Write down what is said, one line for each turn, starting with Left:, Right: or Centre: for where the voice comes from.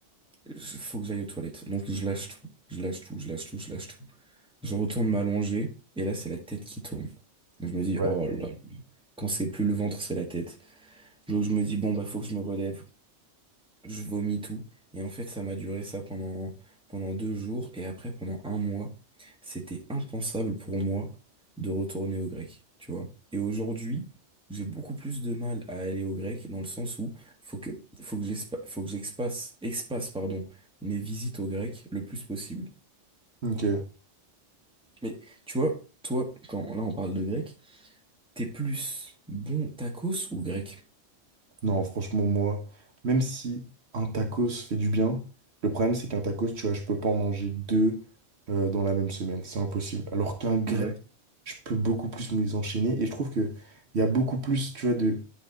Centre: Je- Faut que j'aille aux toilettes. Donc je lâche tout, je lâche tout, je lâche tout, je lâche tout. Je retourne m'allonger, et là, c'est la tête qui tourne. Je me dis,
Right: Ouais.
Centre: oh là, quand c'est plus le ventre, c'est la tête. Donc je me dis, bon, bah faut que je me relève. Je vomis tout. Et en fait, ça m'a duré ça pendant, pendant deux jours. Et après, pendant un mois, c'était impensable pour moi de retourner au grec, tu vois. Et aujourd'hui, j'ai beaucoup plus de mal à aller au grec dans le sens où faut que, faut que j'espa- faut que j'expasse, expasse, pardon, mes visites au grec le plus possible.
Right: Ok.
Centre: Mais tu vois, toi, quand là on parle de grec, t'es plus bon tacos ou grec?
Right: Non, franchement, moi, même si un tacos fait du bien, le problème, c'est qu'un tacos, tu vois, je peux pas en manger deux euh, dans la même semaine. C'est impossible. Alors qu'un grec
Centre: Ah ouais.
Right: je peux beaucoup plus me les enchaîner. Et je trouve que il y a beaucoup plus, tu vois, de,